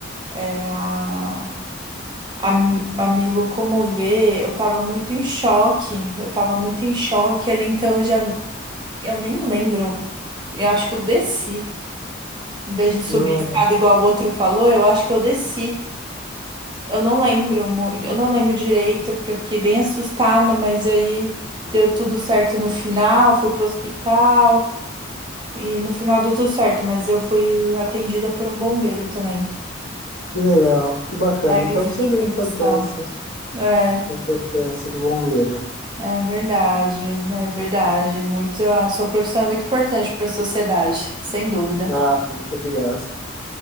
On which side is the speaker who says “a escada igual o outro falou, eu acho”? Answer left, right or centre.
Right